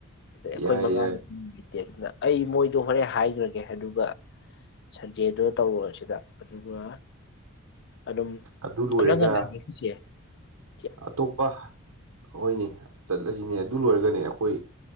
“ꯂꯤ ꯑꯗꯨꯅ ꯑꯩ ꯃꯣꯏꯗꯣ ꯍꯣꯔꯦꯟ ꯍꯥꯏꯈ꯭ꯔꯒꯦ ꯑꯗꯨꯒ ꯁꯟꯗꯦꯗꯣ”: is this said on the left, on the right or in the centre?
Left